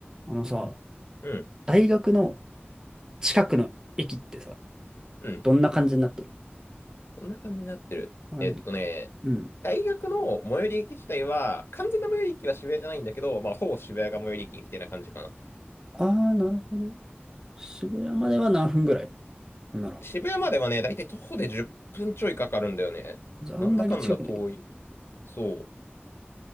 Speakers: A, on the right; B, on the left.
A: あのさ、
B: うん、
A: 大学の近くの駅ってさ、
B: うん。
A: どんな感じになってる
B: こんな感じになってる。
A: あの
B: えっとね、
A: うん。
B: 大学の最寄り駅自体は、完全な最寄り駅は渋谷じゃないんだけど、まあ、ほぼ渋谷が最寄り駅みたいな感じかな。
A: ああ、なるほど。渋谷までは何分ぐらいほんなら。
B: 渋谷まではね、だいたい徒歩で10分ちょいかかるんだよね。
A: じゃああんまり近くない。
B: なんだかんだ遠い。そう。